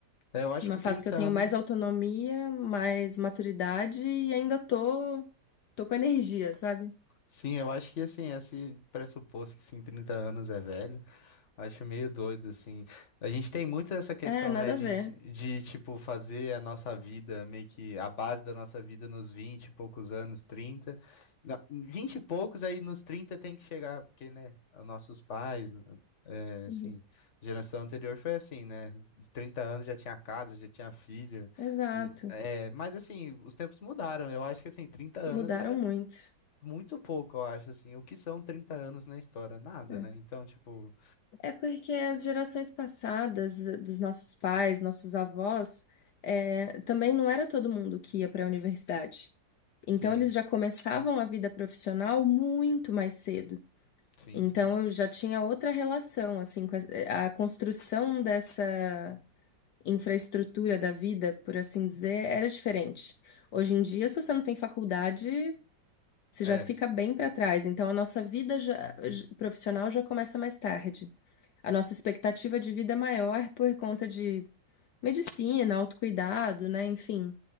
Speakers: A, on the left; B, on the left.
A: É, eu acho
B: Uma
A: que
B: fase
A: 30
B: que eu tenho
A: anos.
B: mais autonomia, mais maturidade e ainda tô, tô com energia, sabe?
A: Sim, eu acho que assim, esse pressuposto que sim, 30 anos é velho, eu acho meio doido, assim. A gente tem muito essa questão,
B: É, nada
A: né, de,
B: a ver.
A: de tipo, fazer a nossa vida, meio que a base da nossa vida nos 20 e poucos anos, trinta Na- 20 e poucos, aí nos 30 tem que chegar, porque, né, os nossos pais, né, assim,
B: Uhum.
A: geração anterior foi assim, né? De 30 anos já tinha casa, já tinha filho.
B: Exato.
A: já- É, mas assim, os tempos mudaram. Eu acho que assim, 30 anos
B: Mudaram
A: é
B: muito.
A: muito pouco, eu acho, assim. O que são 30 anos na história? Nada,
B: É,
A: né? Então, tipo,
B: É porque as gerações passadas, eh, dos nossos pais, nossos avós, eh, também não era todo mundo que ia para a universidade. Então,
A: sim,
B: eles já começavam a vida profissional muito mais cedo.
A: sim,
B: Então,
A: sim.
B: eu já tinha outra relação, assim, com a a construção dessa. infraestrutura da vida, por assim dizer, era diferente. Hoje em dia, se você não tem faculdade, você
A: É.
B: já fica bem para trás. Então, a nossa vida já- j- profissional já começa mais tarde. A nossa expectativa de vida é maior por conta de medicina, autocuidado, né? Enfim.